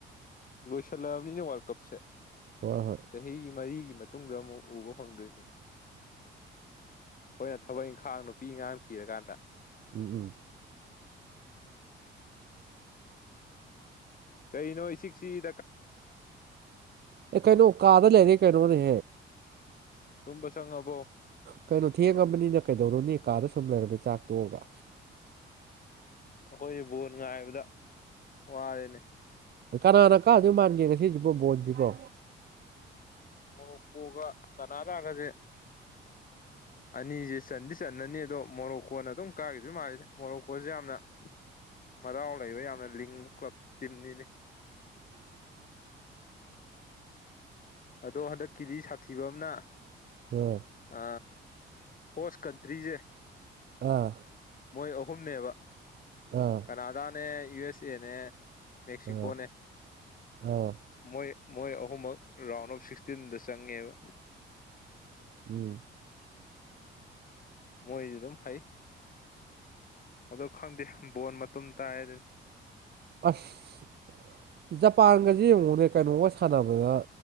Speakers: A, on the left; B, on the right.
A: ꯂꯣꯏꯁꯤꯜꯂꯛꯑꯕꯅꯤꯅ ꯋꯥꯔꯜ ꯀꯞꯁꯦ
B: ꯍꯣꯏ ꯍꯣꯏ
A: ꯆꯍꯤꯒꯤ ꯃꯔꯤꯒꯤ ꯃꯇꯨꯡꯗ ꯑꯃꯨꯛ ꯎꯕ ꯐꯪꯗꯣꯏꯅꯤ ꯍꯣꯏ ꯊꯕꯛ ꯈꯥꯡ ꯅꯨꯄꯤ ꯑꯉꯥꯡ ꯊꯤꯔꯀꯥꯟꯗ
B: ꯎꯝ
A: ꯀꯩ ꯅꯣ ꯁꯤꯤꯛꯁꯤ
B: ꯑꯦ ꯀꯩꯅꯩꯅꯣ ꯀꯥꯗ ꯂꯩꯔꯤ ꯀꯩꯅꯣꯅꯦ
A: ꯇꯨꯝꯕ ꯆꯪꯉꯕꯣ
B: ꯀꯩꯅꯩꯅ ꯊꯌꯦ ꯀꯄꯅꯤ ꯅ ꯀꯩꯗꯧꯔꯣ ꯅ ꯀꯀꯥꯗ ꯁꯨꯝ ꯂꯩꯔꯝꯃꯦ ꯆꯥꯛꯇꯣꯛꯑꯒ
A: ꯑꯩꯈꯣꯏꯁ ꯕꯣꯟ ꯉꯥꯏꯕꯗ ꯋꯥꯔꯦꯅꯦ
B: ꯀꯅꯥꯅ ꯀꯥꯗꯣꯏ ꯃꯥꯟꯒꯦꯅ ꯁꯤꯁꯤꯕꯥꯎ ꯕꯣꯣꯟꯁꯤꯕꯣ
A: ꯃꯣꯔꯣꯛ ꯀꯨꯒ ꯀꯅꯥ ꯇꯥꯒꯁꯦ ꯑꯅꯤꯁꯦ ꯆꯟꯗꯤ ꯆꯟꯅꯅꯤ ꯑꯗꯣ ꯃꯣꯔꯣꯛꯀꯣꯟꯅ ꯑꯗꯨꯝ ꯀꯥꯈꯤꯗꯣꯏ ꯃꯥꯜꯂꯤꯗ ꯃꯣꯔꯣꯛꯀꯣꯟꯁꯦ ꯌꯥꯝꯅ ꯃꯎ ꯂꯩꯕ ꯌꯥꯝꯅ ꯂꯤꯡꯕ ꯀ꯭ꯂꯕ ꯇꯤꯝꯅꯤꯅꯦ
B: ꯎꯝ
A: ꯑꯗꯣ ꯍꯟꯗꯛꯀꯤꯗꯤ ꯁꯥꯊꯤꯕ ꯑꯃꯅ
B: ꯑꯥ
A: ꯑ ꯍꯣꯁ ꯀꯟꯇ꯭ꯔꯤꯁꯦ
B: ꯑꯥ
A: ꯃꯣꯏ ꯑꯍꯨꯝꯅꯦꯕ
B: ꯑꯥ
A: ꯀꯅꯥꯗꯥꯅꯦ ꯌꯨ ꯑꯦꯁ ꯑꯦꯅꯦ ꯃꯦꯛꯁꯤꯀꯣꯅꯦ
B: ꯑꯥ ꯑꯥ
A: ꯃꯣꯏ ꯃꯣꯏ ꯑꯍꯨꯝꯃꯛ ꯔꯥꯎꯟ ꯑꯣꯐ ꯁꯤꯛꯁꯇꯤꯟꯗ ꯆꯪꯉꯦꯕ
B: ꯎꯝ
A: ꯃꯣꯏꯁꯨ ꯑꯗꯨꯝ ꯐꯩ ꯑ ꯈꯪꯗꯦ ꯕꯣꯟ ꯃꯇꯨꯝ ꯇꯥꯏ ꯑꯗꯨꯅꯤ
B: ꯑꯁ ꯖꯄꯥꯟꯒꯁꯦ ꯌꯦꯡꯉꯣꯅꯦ ꯀꯩꯅꯣꯒ ꯁꯥꯟꯅꯕꯗ